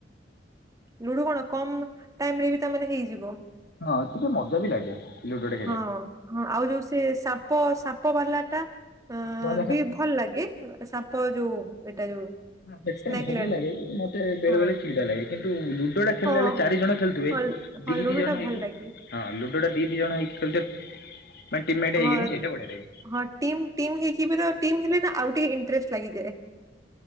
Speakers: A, on the right; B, on the left.
A: ଲୁଡୁ କଣ କମ ଟାଇମ ରେ ବି ତାମାନେ ହେଇଯିବ।
B: ହଁ ଟିକେ ମଜା ବି ଲାଗେ। ଟା
A: ହଁ ହଁ ଆଉ ଯୋଉ ସେ ସାପ ସାପ ବାଲା ଟା
B: ଖେଳିବାକୁ।
A: ଅ ବି ଭଲ ଲାଗେ ସାପ ଯୋଉ ଏଇଟା ଯୋଉ
B: ସେଟା
A: ସ୍ନେକ୍
B: ଭଲ
A: ଲେଡ
B: ଲାଗେ ମତେ ବେଳେ
A: ହଁ
B: ବେଳେ ଚିଡା ଲାଗେ କିନ୍ତୁ ଲୁଡୋ ଟା ଖେଳିଲ
A: ହଁ
B: ବେଳେ ଚାରି ଜଣ ଖେଳୁଥିବେ।
A: ହଁ ହଁ
B: ଦି ଦିଇ
A: ଲୁଡୁ
B: ଜଣ
A: ଟା
B: ହେଇକି
A: ଭଲ ଲାଗେ
B: ହଁ ଲୁଡୋ ଟା ଦି ଦି ଜଣ ହେଇକି ଖେଳୁଥିବେ। ମାନେ
A: ହଁ
B: ହେଇକିନି ସେଇଟା ବଢିଆ ଲାଗେ।
A: ହଁ ଟିମ ଟିମ ହେଇକି ବି ତ ଟିମ୍ ହେଲେ ନା ଆଉ ଟିକେ ଇଣ୍ଟରେଷ୍ଟ ଲାଗିଯାଏ।